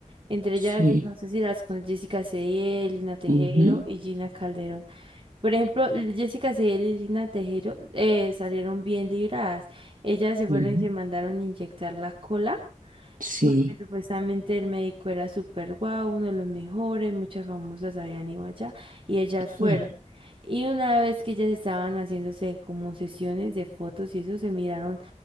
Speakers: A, on the right; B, on the right.
A: entre
B: Sí.
A: ellas, no sé si las con Jessica Cediel, Lina Tejero
B: ujú,
A: y Gina Calderón. Por ejemplo, l- Jessica Cediel y Lina Tejero eh, salieron bien libradas. Ellas se
B: ujú,
A: fueron y se mandaron a inyectar la cola
B: Sí.
A: porque supuestamente el médico era súper guau, uno de los mejores, muchas famosas habían ido allá y ellas
B: Ah,
A: fueron. Y una vez que ellas estaban haciéndose como sesiones de fotos y eso, se miraron